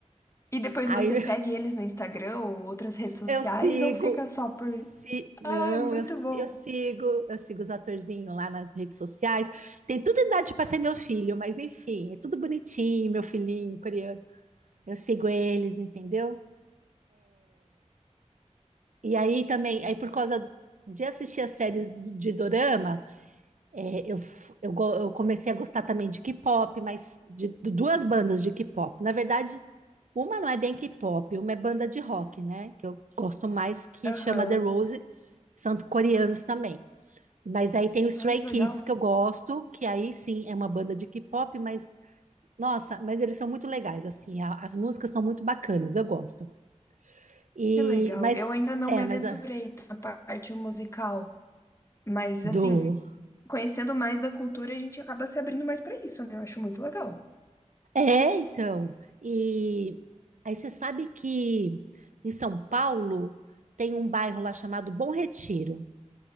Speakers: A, on the left; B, on the right.
A: E depois
B: aí
A: você segue eles no Instagram ou outras redes sociais
B: eu sigo.
A: ou fica só por.
B: se- Não,
A: Ai, muito
B: eu, si-
A: bom.
B: eu sigo, eu sigo os atorzinhos lá nas redes sociais. Tem tudo idade para ser meu filho, mas enfim, é tudo bonitinho, meu filhinho coreano. Eu sigo eles, entendeu? E aí também, aí por causa de assistir as séries de de dorama, É, eu, f- eu, go- eu comecei a gostar também de K-pop, mas de, de duas bandas de K-pop. Na verdade, uma não é bem K-pop, uma é banda de rock, né? Que eu gosto mais, que
A: Aham.
B: chama The Rose, são coreanos também. Mas aí tem o Stray
A: Ai, que
B: Kids
A: legal.
B: que eu gosto, que aí sim é uma banda de K-pop, mas nossa, mas eles são muito legais, assim, a- as músicas são muito bacanas, eu gosto. E
A: Que legal.
B: mas
A: Eu ainda não
B: é,
A: me aventurei
B: mas a-
A: na parte musical, mas assim,
B: do
A: conhecendo mais da cultura, a gente acaba se abrindo mais pra isso, né? Eu acho muito legal.
B: É, então. E aí você sabe que em São Paulo tem um bairro lá chamado Bom Retiro.